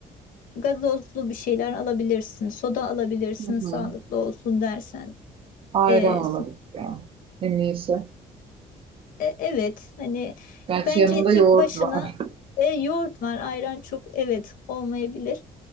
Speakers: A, on the left; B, on the right.
A: gazozlu bir şeyler alabilirsin. Soda alabilirsin
B: Hı
A: sağlıklı
B: hı.
A: olsun dersen.
B: Ayran
A: E,
B: olabilir ya. En iyisi.
A: E, evet hani
B: Gerçi
A: bence
B: yanında
A: tek
B: yoğurt
A: başına
B: var.
A: e, yoğurt var ayran çok evet olmayabilir.